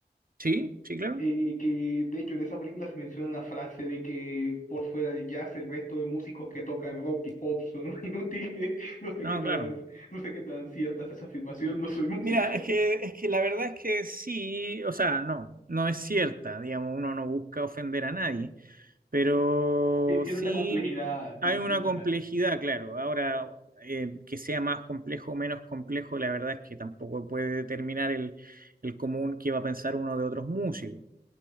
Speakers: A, on the right; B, on the left.
A: Sí, sí, claro.
B: eh, que de hecho en esa película se menciona la frase de que por fuera del jazz el resto de músicos que tocan rock y pop son <laughs> inútiles. No sé
A: No,
B: qué tan,
A: claro.
B: no sé qué tan cierta es esa afirmación, no soy músico.
A: Mira, es que, es que la verdad es que sí, o sea, no, no es cierta, digamos, uno no busca ofender a nadie, Pero
B: Hay cierta
A: sí
B: complejidad distinta.
A: hay una complejidad, claro. Ahora, eh, que sea más complejo o menos complejo, la verdad es que tampoco puede determinar el, el común que va a pensar uno de otros músicos.